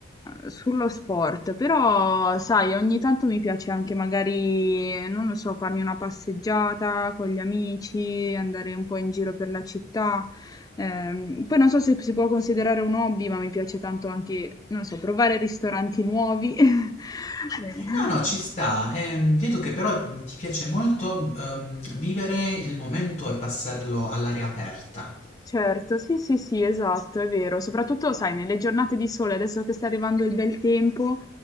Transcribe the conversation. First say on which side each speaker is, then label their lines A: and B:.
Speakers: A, on the left; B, on the left.
A: sullo sport, però sai, ogni tanto mi piace anche magari, non lo so, farmi una passeggiata con gli amici, andare un po' in giro per la città. Ehm, poi non so se si può considerare un hobby, ma mi piace tanto anche, non lo so, provare ristoranti nuovi. <laughs> Eh,
B: No, no, ci sta. Ehm, vedo che però ti piace molto, uhm, vivere il momento e passarlo all'aria aperta.
A: Certo, sì, sì, sì, esatto, è vero. Soprattutto, sai, nelle giornate di sole, adesso che sta arrivando il bel tempo,